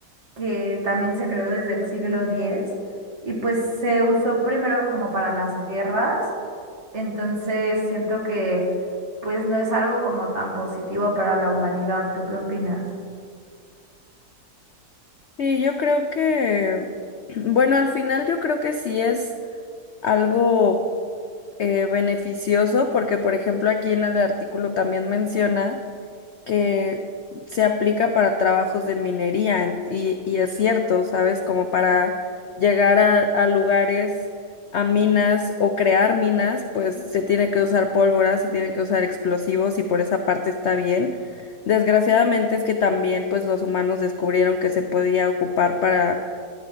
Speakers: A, on the right (about 40°); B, on the left (about 70°).
A: que también se creó desde el siglo X y pues se usó primero como para las guerras, entonces siento que pues no es algo como tan positivo para la humanidad. ¿Tú qué opinas?
B: Y yo creo que, <clears throat> bueno, al final yo creo que sí es algo eh, beneficioso porque, por ejemplo, aquí en el artículo también menciona que se aplica para trabajos de minería en- y, y es cierto, ¿sabes? Como para llegar a, a lugares, a minas o crear minas, pues se tiene que usar pólvora, se tiene que usar explosivos y por esa parte está bien. Desgraciadamente es que también pues los humanos descubrieron que se podía ocupar para